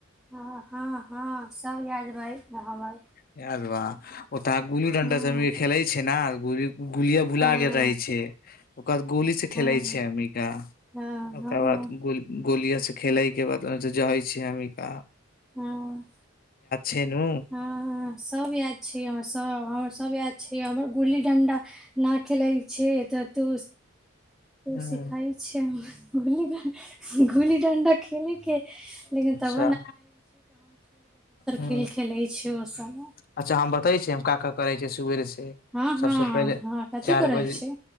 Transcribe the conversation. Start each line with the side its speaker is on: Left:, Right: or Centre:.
Centre: हँ हँ हँ सब याद भइ हमर
Left: यार बा ओता गुल्ली डंडा
Centre: हूँ
Left: से खेले छै नेल गुलिया बुला
Centre: हँ
Left: गेल
Centre: हँ
Left: रहे छै ओकर बाद गोली से खेले
Centre: हँ
Left: छै अ्मिका
Centre: हँ हँ
Left: ओकर बादो गोलिया से खेले के बाद ओ जहे छ अम्मिका।
Centre: हँ।
Left: छै नु
Centre: ह सब याद छै, हमर सब हमर सब याद छै, हमर गुल्ली डंडा नहि खेलै छैै तऽ तू
Left: हूं
Centre: सिखाइ छै। <unintelligible> गुली डं्डा खेलके लेकिन तब
Left: ह ह
Centre: खेल खेलै छै ओ सब
Left: अच्छा हम बते छी हम का का करै छ सुेरे सबस
Centre: हँ हँ
Left: पहिले
Centre: हँ कथी
Left: चार
Centre: कर रहल
Left: बजे
Centre: छी